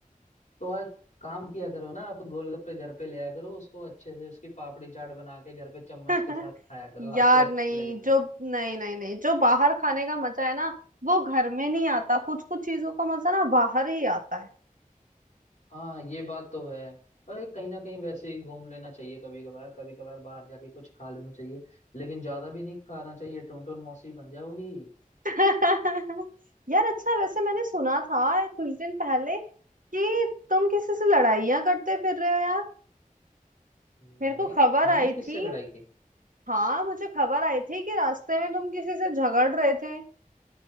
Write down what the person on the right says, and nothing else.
<laughs>
यार
नहीं
जो नहीं नहीं नहीं जो बाहर खाने का मजा है ना वो घर में नहीं आता कुछ कुछ चीजों का मजा ना बाहर ही आता है
<laughs> यार अच्छा वैसे मैंने सुना था कुछ दिन पहले कि तुम किसी से लड़ाइयाँ करते फिर रहे हो यार
मेरे को खबर
आई
थी
हाँ मुझे खबर आई थी कि रास्ते में तुम किसी से झगड़ रहे थे